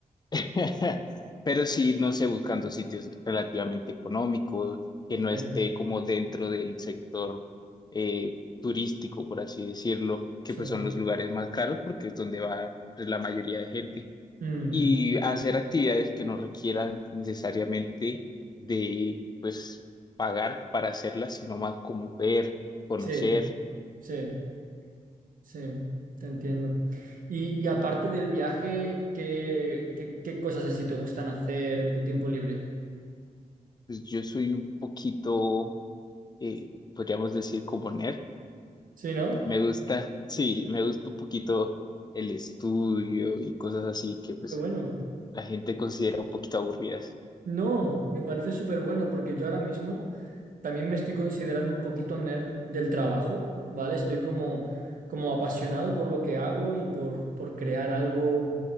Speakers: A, on the left; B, on the right.
A: <laughs> pero sí, no sé, buscando sitios relativamente económicos, que no esté
B: Sí,
A: como dentro del sector eh, turístico, por así decirlo, que
B: sí.
A: pues son los lugares más caros porque es donde va pues, la mayoría de gente
B: Mm.
A: y hacer actividades que no requieran necesariamente de, pues, pagar para hacerlas, sino más como ver, conocer.
B: Sí, sí, sí, te entiendo. Y, y aparte del viaje, ¿qué, qué, qué cosas así te gustan hacer en tu tiempo libre?
A: Pues yo soy un poquito, eh, podríamos decir, como nerd.
B: Sí, ¿no?
A: Me gusta, sí, me gusta un poquito el estudio y cosas así que, pues,
B: Qué bueno.
A: la gente considera un poquito aburridas.
B: No, me parece súper bueno porque yo ahora mismo también me estoy considerando un poquito nerd del trabajo, ¿vale? Estoy como, como apasionado por lo que hago y por, por crear algo